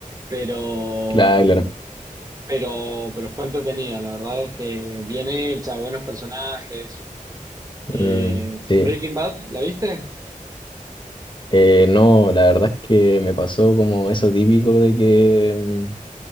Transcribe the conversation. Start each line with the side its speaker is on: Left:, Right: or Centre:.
Right: pero,
Left: Claro, claro.
Right: pero, pero fue entretenida. La verdad es que bien hecha, buenos personajes. Eh,
Left: Mm, sí.
Right: Breaking Bad, ¿la viste?
Left: Eh, no, la verdad es que me pasó como eso típico de que